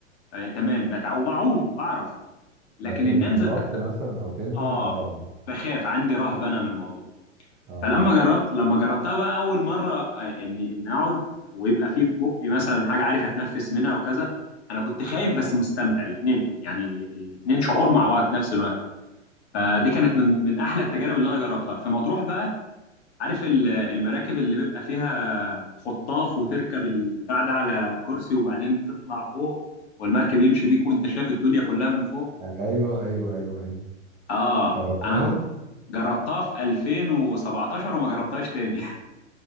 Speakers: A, on the left (about 55°); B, on the right (about 20°).
A: آه تمام بتع وبعوم بعرف لكن
B: لكن
A: ان
B: في
A: انزل
B: الغطس
A: تحت
B: مثلا او تنزل
A: اه
B: اه
A: بخاف عندي رهبه انا من الموضوع
B: اه
A: فلما جربت لما جربتها بقى اول مره آه، اني ان اقعد ويبقى في في بقي مثلا حاجه عارف اتنفس منها وكذا انا كنت خايف بس مستمتع الاثنين يعني ال- الاثنين شعور مع بعض في نفس الوقت فدي كانت من من احلى التجارب اللي انا جربتها في مطروح بقى عارف ال- المراكب اللي بيبقى فيها خطاف وتركب البتاع ده على كرسي وبعدين تطلع فوق والمركب يمشي بيك وانت شايف الدنيا كلها من فوق
B: ايوه ايوه ايوه ايوه
A: اه
B: جربتها
A: انا ج- جربتها في 2017 وما جربتهاش تاني